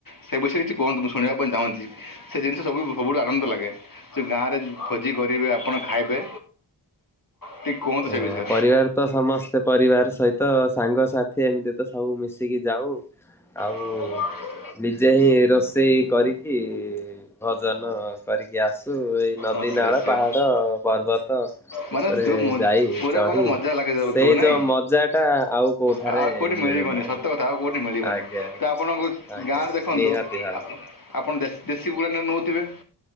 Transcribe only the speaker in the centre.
ଏ
ପରିବାର ତ ସମସ୍ତେ ପରିବାର ସହିତ ସାଙ୍ଗସାଥି ଏମିତି ତ ସବୁ ମିଶିକି ଯାଉ ଆଉ
ନିଜେ ହିଁ ରୋଷେଇ କରିକି ଭଜନ କରିକି ଆସ ନ୍ତୁ ଏଇ ନଦୀ
ନାଳ
ପାହାଡ଼ ପର୍ବତ
ଉପରେ
ଯାଇ
ଚଢି
ସେଇ
ଯୋଉ ମଜା ଟା ଆଉ କୋଉଠାରେ
ମିଳୁନାହିଁ।
ଆଜ୍ଞା ଆଜ୍ଞା।
ଆଜ୍ଞା
ନିହାତି ଭାବରେ